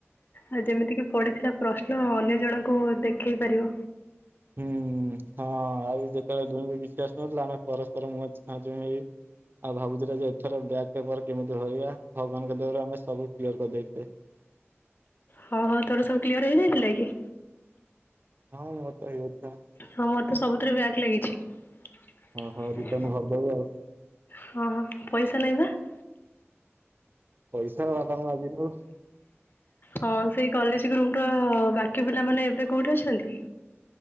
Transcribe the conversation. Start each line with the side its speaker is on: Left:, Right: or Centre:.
Left: ଆଉ ଯେମିତିକି ପଡିଥିଲା ପ୍ରଶ୍ନ ଅନ୍ୟ ଜଣଙ୍କୁ ଦେଖେଇ ପାରିବ।
Right: ହୁଁ ହଁ ଆଉ ଯେତେବେଳେ ଦୁହିଁ ଙ୍କୁ କିଛି ଆସୁନଥିଲା ନଥିଲା ଆମେ ପରସ୍ପର ମୁଁହ ଆଁ ଯ ଏଇ <unintelligible> ଆଉ ଭାବୁଥିଲେ ଯେ -ଏଥର ବ୍ୟକ ପେପର କେମିତି ଭରିବା? ଭଗବାନଙ୍କ ଦୟା ରୁ ଆମେ ସବୁ କ୍ଲିୟର କରିଦେଇଥିଲେ।
Left: ହଁ ହଁ ତୋର ସବୁ କ୍ଲିୟର ହେଇଯାଇଥିଲା କି?
Right: ହଁ ମୋର ତ ହେଇଯାଇଥିଲା।
Left: ହଁ ମୋର ତ ସବୁଥିରେ ବ୍ୟାକ୍ ଲାଗିଛି।
Right: ହଁ ହଉ ରିଟର୍ଣ ଭରିଦବୁ ଆଉ
Left: ହଁ ପଇସା ନାଇଁ ପା <inaudible>
Right: ପଇସା ବାବାଙ୍କୁ ମାଗିଦେବ
Left: ହଁ ସେଇ କଲେଜ ଗ୍ରୁପ ର ବାକି ପିଲାମାନେ ଏବେ କୋଉଠି ଅଛନ୍ତି?